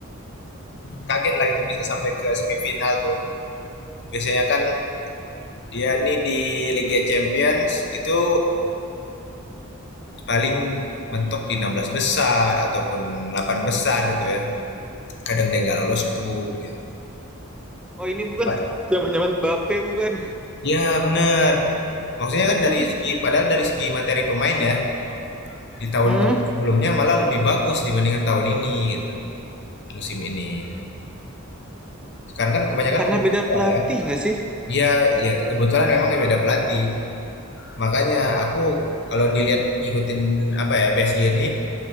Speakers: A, on the left; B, in the centre.
A: kaget lah gitu bisa sampai ke semifinal tuh. biasanya kan dia nih di Liga Champions itu paling mentok di 16 besar ataupun 8 besar itu ya. Kadang dia nggak lolos grup gitu.
B: Oh ini bukan
A: Pa-
B: <laughs> zaman-zaman Mbappe bukan?
A: Ya bener. Maksudnya kan dari
B: Hmm?
A: segi padahal dari segi materi pemain ya di tahun-tahun
B: Hmm?
A: sebelumnya malah lebih bagus dibandingkan tahun ini gitu musim ini. Sekarang kan kebanyakan
B: Karena
A: pemain
B: beda
A: kita
B: pelatih
A: ya.
B: nggak sih?
A: Iya, ya kebetulan memang ya beda pelatih. Makanya aku kalau dilihat ngikutin apa ya PSG ini